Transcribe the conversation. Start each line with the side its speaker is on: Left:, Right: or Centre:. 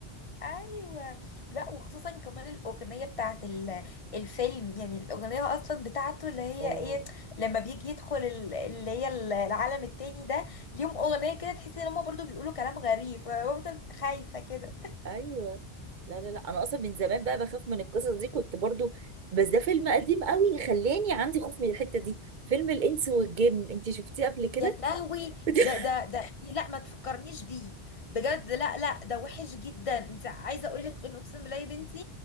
Left: ايوه لا وخصوصا كمان الاغنيه بتاعت ال- الفيلم يعني الاغنيه اصلا بتاعته اللي هي
Right: اه
Left: ايه لما بيجي يدخل ال- اللي هي ال- العالم التاني ده ليهم اغنيه كده تحسي ان هم برضو بيقولوا كلام غريب فبفضل خايفه كده
Right: ايوه لا لا لا انا اصلا من زمان بقى بخاف من القصص دي كنت برضو بس ده فيلم قديم قوي خلاني عندي خوف من الحتة دي فيلم الانس والجن انت شفتيه قبل كده
Left: يا لهوي
Right: <laughs>
Left: ده ده ده إيه، لا ما تفكرنيش بيه بجد لا لا ده وحش جدا انت عايزه اقول لك ان اقسم بالله يا بنتي